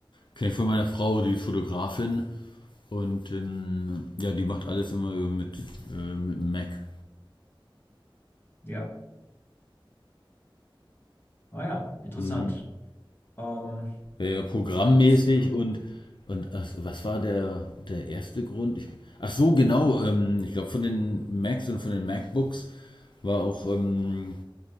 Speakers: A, on the left; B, on the left.
A: Kenne ich von meiner Frau, die ist Fotografin und ähm, ja, die macht alles immer über mit, äh, mit dem Mac.
B: Ja. Ah ja, interessant.
A: Mhm.
B: Ähm,
A: Ja, ja, ja, programmmäßig
B: jetzt, so,
A: und, und ach, was war der, der erste Grund? Ich, ach so, genau. Ähm, ich glaube, von den Macs und von den MacBooks war auch ähm,